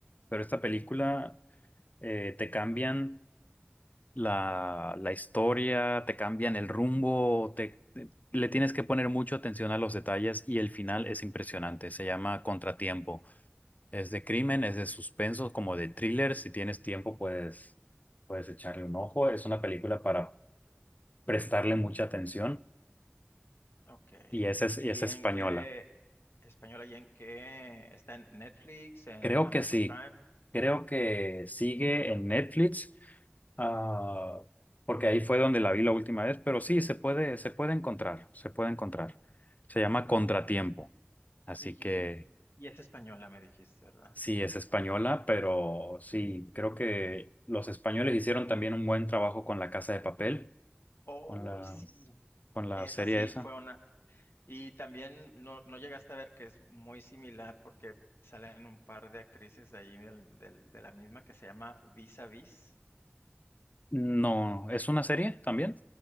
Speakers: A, on the left (about 40°); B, on the left (about 80°).
A: Pero esta película eh, te cambian la, la historia, te cambian el rumbo, te, eh, le tienes que poner mucha atención a los detalles y el final es impresionante. Se llama Contratiempo. Es de crimen, es de suspenso, como de thriller. Si tienes tiempo, puedes, puedes echarle un ojo. Es una
B: Mm.
A: película para prestarle mucha atención
B: Ok.
A: y esa es,
B: ¿Y
A: y es española.
B: en qué española y en qué está en Netflix, en
A: Creo
B: Amazon
A: que sí.
B: Prime?
A: Creo que sigue en Netflix, ah, porque ahí fue donde la vi la última vez, pero sí, se puede, se puede encontrar, se puede encontrar. Se llama Contratiempo, así
B: Y,
A: que
B: y es española, me dijiste, ¿verdad?
A: sí,
B: Ok.
A: es española, pero sí, creo que los españoles hicieron también un buen trabajo con La Casa de Papel
B: Oh,
A: con la,
B: sí.
A: con la
B: Esa
A: serie
B: sí
A: esa.
B: fue Y también no, no llegaste a ver que es muy similar porque salen un par de actrices de ahí del- del- de la misma que se llama Vis a Vis,
A: No, ¿es una serie también?